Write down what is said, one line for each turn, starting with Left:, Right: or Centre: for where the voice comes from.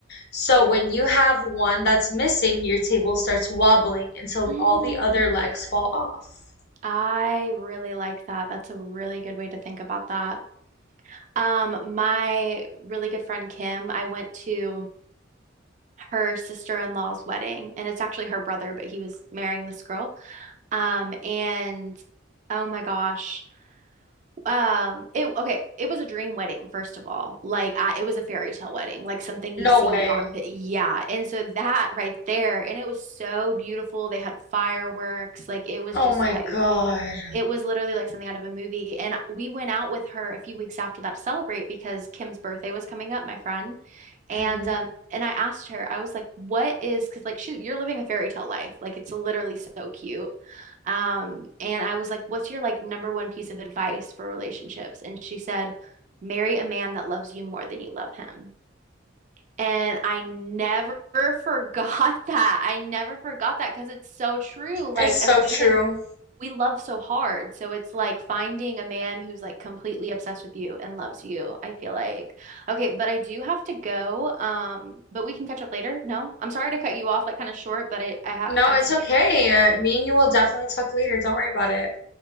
Left: So
Right: Mm-hmm.
Left: when you have one that's missing, your table starts wobbling until
Right: Mm.
Left: all the other legs fall off.
Right: <gasps> I really like that. That's a really good way to think about that. Um, my really good friend Kim, I went to her sister-in-law's wedding, and it's actually her brother, but he was marrying this girl. Um, and oh my gosh. Um, it okay, it was a dream wedding, first of all. Like I it was a fairy tale wedding, like something you
Left: No
Right: see
Left: way.
Right: on pi- yeah. And so that right there, and it was so beautiful. They had fireworks, like it was
Left: Oh
Right: just
Left: my
Right: like
Left: God.
Right: it was literally like something out of a movie. And we went out with her a few weeks after that to celebrate because Kim's birthday was coming up, my friend. And
Left: hmm
Right: um and I asked her, I was like, "What is?" Because like she, you're living a fairy tale life. Like it's literally so cute. Um and I was like, "What's your like number one piece of advice for relationships?" And she said, "Marry a man that loves you more than you love him." And I never <laughs> forgot that. I never forgot that because it's so true. Like,
Left: It's
Right: as
Left: so
Right: women,
Left: true.
Right: we love so hard. So it's like finding a man who's like completely obsessed with you and loves you, I feel like. Okay, but I do have to go. Um, but we can catch up later. No, I'm sorry to cut you off like kind of short, but I, I have
Left: No,
Right: I have
Left: it's
Right: something.
Left: okay. Uh, me and you will definitely talk later. Don't worry about it.